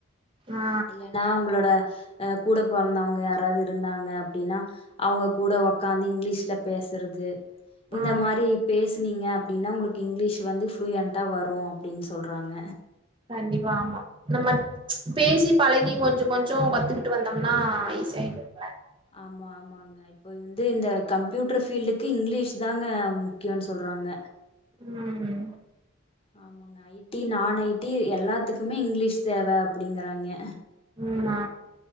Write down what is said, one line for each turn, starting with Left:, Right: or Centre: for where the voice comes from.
Right: ஆ
Left: இல்லனா உங்ளோட அ கூடப் பொறந்தவுங்க யாராவது இருந்தாங்க அப்டினா அவுங்க கூட ஒக்காந்து இங்லீஷ்லப் பேசறது இந்த
Right: ஆ
Left: மாரி பேசுனீங்கப் அப்டினா உங்ளுக்கு இங்லீஷ் வந்து ஃப்ளூயண்ட்டா வரு அப்டின் சொல்றாங்க
Right: கண்டிப்பா ஆமா நம்மட் பேசிப் பழகி கொஞ்சோ கொஞ்சோ கத்துகிட்டு வந்தம்னா ஈஸியாய்டும்ல
Left: ஆமா ஆமாங்க இப்போ வந்து இந்த கம்ப்யூட்ரு ஃபீல்டுக்கு இங்லீஷ்தாங்க முக்கியோன் சொல்றாங்க
Right: ம்
Left: ஆமாங்க ஐ டி நான் ஐ டி எல்லாத்துகுமே இங்லீஷ் தேவ அப்டிங்கறாய்ங்க
Right: ம் ஆ